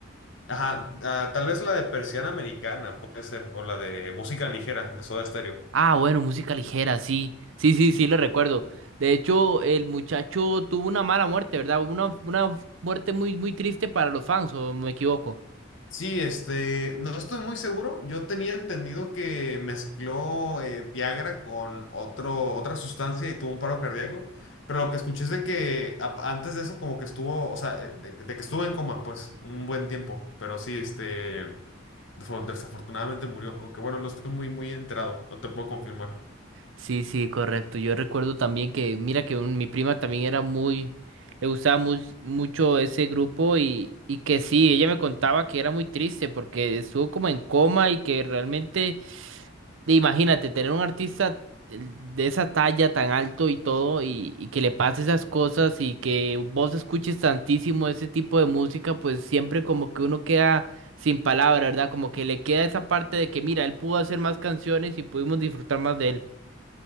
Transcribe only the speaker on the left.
Ajá, ah, tal vez la de Persiana Americana, puede ser, o la de música ligera, de Soda Stereo.
Sí, este, no estoy muy seguro. Yo tenía entendido que mezcló eh, Viagra con otro, otra sustancia y tuvo un paro cardíaco, pero lo que escuché es de que a- antes de eso como que estuvo, o sea, eh, de, de que estuvo en coma, pues, un buen tiempo, pero sí, este, desaf- desafortunadamente murió, aunque bueno, no estoy muy, muy enterado, no te puedo confirmar.